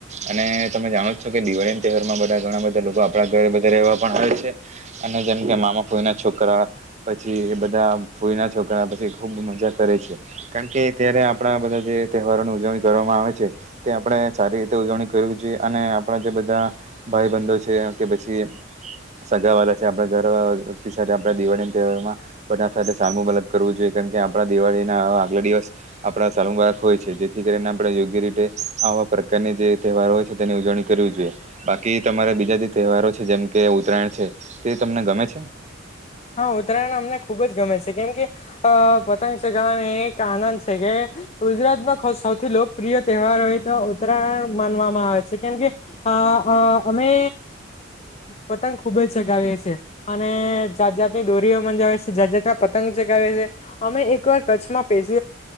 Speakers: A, on the right (about 35°); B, on the left (about 35°).
A: અને તમે જાણો છો કે દિવાળી ના તહેવારમાં બધા ઘણા બધા લોકો આપણા ઘર વા અને જેમ કે મામા ફૂઈના છોકરા પછી બધા ફઈના છક પછી ખુબ મજા કરે છે કારણ કે ત્યારે આપણા બધા જે તહેવારોની ઉજવણી કરવામાં આવે છે તે આપણેે સારી રીતે ઉજવણી કરવી જોઈએ અને આપણા જેધા બધા ભાઈ બંધો છે કે પછી સગા વાળા છે આપડા ઘરતિ સાથે આપ દિવાળી તહેવારમાં બધા સાથે સામું અલગ કરવું જોઈએ કારણ કે આપણા દિવાળી ના આગલા દિવસ આપણા સાલુ બાળક હોય છે જેથી કરીને આપણે યોગ્ય રીતે આવા પ્રકારની જે તહેવારો હોય છે તેની ઉજવણી કરી બાકી તમારે બીજા જે તહેવારો છે જેમ કે ઉત્તરાયણ છે તે તમને ગમે છે
B: હા ઉત્તરાયણ અમને ખુબ જ ગમે છે કેમ કે અ પતંગ ચગાવવાને એક આનંદ છે કે ગુજરાતમાં સૌથી લોકપ્રિય તહેવાર હોય તો ઉત્તરાય માનવામાં આવે છે કેમ કે અ અ અમે પતંગ ખૂબ જ સગાવીએ છેીએ અને જાત જાાતની દોરીઓ મજાવે છે જાત જાાતના પતંગ ચગાવે છે અમે એકવાર કચ્છમાં પેશ